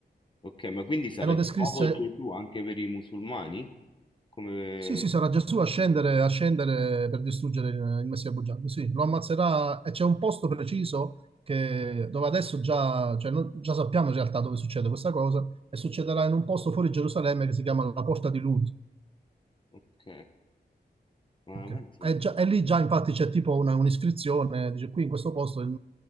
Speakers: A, on the left; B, on the right.
A: Ok, ma quindi sarà
B: e lo
A: di
B: descrisse
A: nuovo Gesù anche per i musulmani? Come...
B: Sì, sì, sarà Gesù a scendere, a scendere per distruggere il, il Messia bugiardo. Sì, lo ammazzerà e c'è un posto preciso che- dove adesso già, cioè, no- già sappiamo in realtà dove succede questa cosa e succederà in un posto fuori Gerusalemme che si chiama la Porta di Lud.
A: Ok, ma
B: Ok.
A: penso.
B: E, già- e lì già infatti c'è tipo una- un'iscrizione, dice qui in questo posto il,